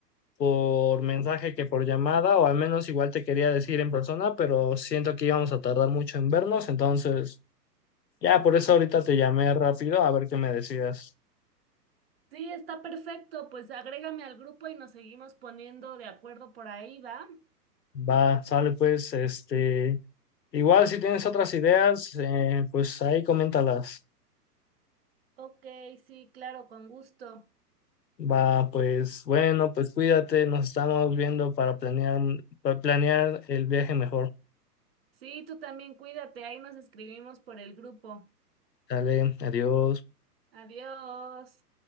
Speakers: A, on the left (about 85°); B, on the right (about 40°).
A: por mensaje que por llamada, o al menos igual te quería decir en persona, pero siento que íbamos a tardar mucho en vernos, entonces ya por eso ahorita te llamé rápido a ver qué me decidas.
B: Sí, está perfecto. Pues agrégame al grupo y nos seguimos poniendo de acuerdo por ahí, ¿va?
A: Va, sale pues, este, igual si tienes otras ideas, eh, pues ahí coméntalas.
B: Ok, sí, claro, con gusto.
A: Va, pues bueno, pues cuídate, nos estamos viendo para planear, para planear el viaje mejor.
B: Sí, tú también cuídate, ahí nos escribimos por el grupo.
A: Dale, adiós.
B: Adiós.